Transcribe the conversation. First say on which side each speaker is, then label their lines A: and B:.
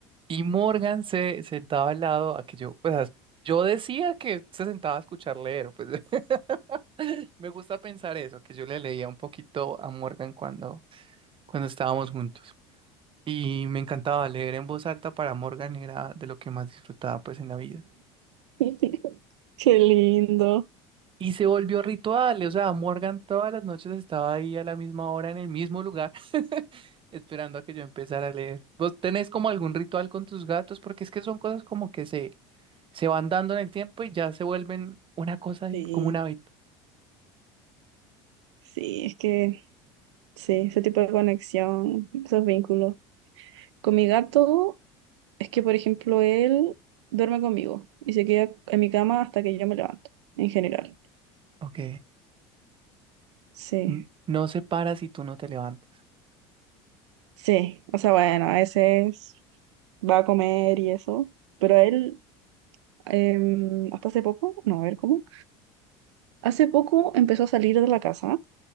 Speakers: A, on the right; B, on the right.
A: Y Morgan se sentaba al lado a que yo, pues as- yo decía que se sentaba a escuchar leer, pues <laughs> me gusta pensar eso, que yo le leía un poquito a Morgan cuando, cuando estábamos juntos. Y me encantaba leer en voz alta para Morgan, era de lo que más disfrutaba pues en la vida.
B: <laughs> Qué lindo.
A: Y se volvió ritual, o sea, Morgan todas las noches estaba ahí a la misma hora en el mismo lugar, <laughs> esperando a que yo empezara a leer. ¿Vos tenés como algún ritual con tus gatos? Porque es que son cosas como que se, se van dando en el tiempo y ya se vuelven una cosa ahí,
B: Sí,
A: como un hábito.
B: sí, es que sí, ese tipo de conexión, esos vínculos. Con mi gato, es que, por ejemplo, él duerme conmigo y se queda en mi cama hasta que yo me levanto, en general.
A: Ok.
B: Sí,
A: N- No se para si tú no te levantas.
B: sí, o sea, bueno, a veces va a comer y eso, pero él, em, hasta hace poco, no, a ver cómo, hace poco empezó a salir de la casa,